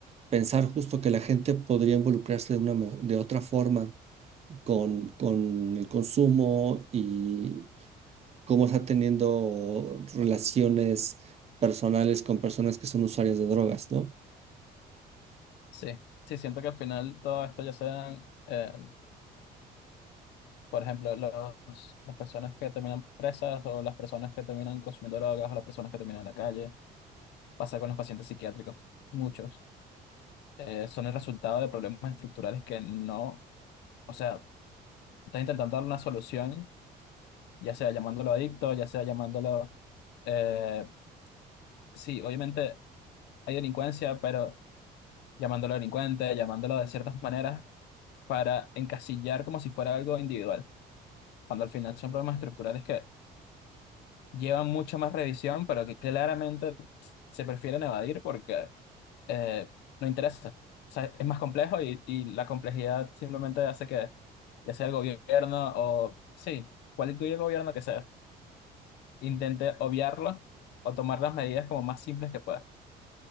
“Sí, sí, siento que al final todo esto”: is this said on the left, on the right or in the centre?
Left